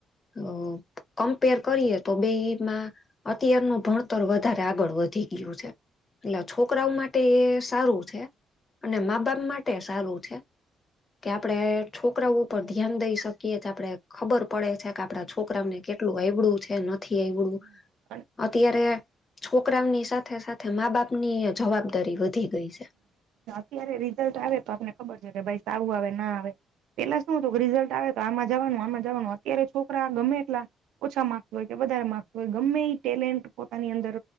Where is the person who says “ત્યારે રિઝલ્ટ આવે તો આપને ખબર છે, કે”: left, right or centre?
Right